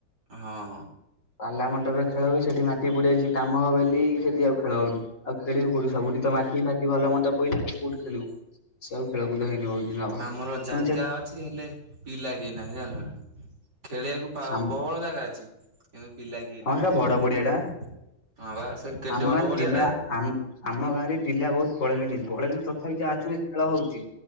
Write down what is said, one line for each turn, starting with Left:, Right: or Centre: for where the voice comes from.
Right: ହଁ।
Left: ପାଲା ମଣ୍ଡପରେ ଖେଳ ହୁଏ ବି ସେଠି ମାଟି ପଡିଯାଇଛି କାମ ବୋଲି ସେଠି ଆଉ ଖେଳ ହଉନି ଆଉ ଖେଳିବୁ କୋଉଠି ସବୁଠି ତ ମାଟି ଫାଟି ଭଲ ମନ୍ଦ ପିଲା ଆଉ କୋଉଠି ଖେଳିବୁ? ଖେଳକୁଦ ହେଇନି ବହୁତ ଦିନ ହବ।
Right: ଆମର
Left: ତୁ
Right: ଜାଗା ଅଛି ହେଲେ ପିଲା କେହି ନାହାନ୍ତି ଜାଣିଲୁ ନା ଖେଳିବାକୁ।
Left: ଆମ
Right: ପ୍ରବଳ ଜାଗା ଅଛି କିନ୍ତୁ ପିଲା କେହି ହେଇନାହାନ୍ତି
Left: ହଁ ସେଟା ବଡ
Right: ଖେଳିବାକୁ।
Left: ପଡିଆ ଟା
Right: ହଁ ବା ସେ କେଡେ
Left: ଆମ
Right: ବଡ
Left: ଗାଁରେ
Right: ପଡିଆଟା?
Left: ପିଲା ଆମ ଆମ ଗାଁରେ ପିଲା ବହୁତ ପଳେଇଲେଣି ପଳେଇଲେଣି ତଥାପି ଯାହା ଅଛନ୍ତି ଖେଳ ହଉଛି।